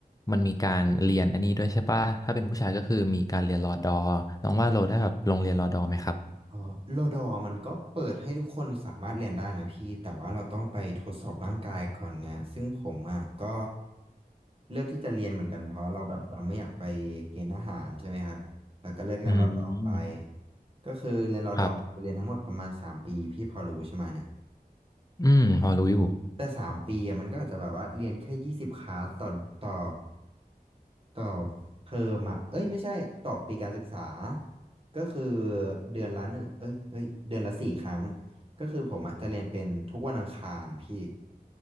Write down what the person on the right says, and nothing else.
อ๋อโลดอมันก็เปิดให้ทุกคนสามารถเรียนได้นะพี่แต่ว่าเราต้องไปทดสอบร่างกายก่อนไงซึ่งผมอ่ะก็เลือกที่จะเรียนเหมือนกันเพราะเราแบบเราไม่อยากไปเกณฑ์ทหารใช่ไหมครับแล้วก็เลือกเรียนรอดอไป
ก็คือเรียนรอดอจะเรียนทั้งหมดประมาณสามปีพี่พอรู้ใช่ไหมเนี่ย
แต่สามปีอะมันก็อาจจะแบบว่าเรียนแค่ยี่สิบคลาสต่อต่อต่อเทอมอ่ะเอ้ยไม่ใช่ต่อปีการศึกษาก็คือเดือนละหนึ่งเอ้ยเอ้ยเดือนละสี่ครั้งก็คือผมอ่ะจะเรียนเป็นทุกวันอังคารพี่